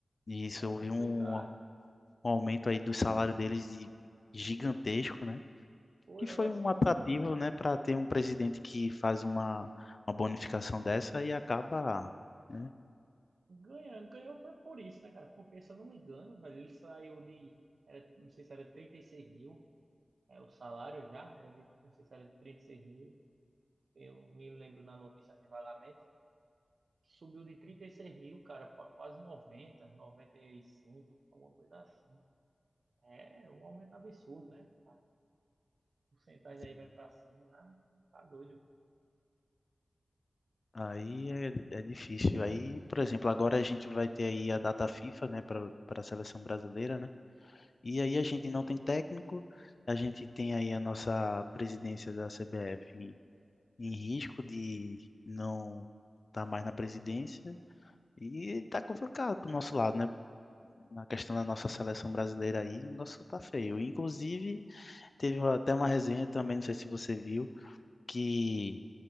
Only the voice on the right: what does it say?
É complicado,
cara.
Pô,
eu
acho
que
ganhando, ganhou pra- por isso, né, cara? Porque, se eu não me engano, velho, ele saiu de, era, não sei se era trinta e seis mil, é, o salário já, era de, não sei se era de seis mil, eu me lembro na notícia assim vagamente, subiu de trinta e seis mil, cara, pra quase noventa, noventa e cinco, alguma coisa assim. É um aumento absurdo, né? cara? A porcentagem
aí vai pra cima, né? Tá doido.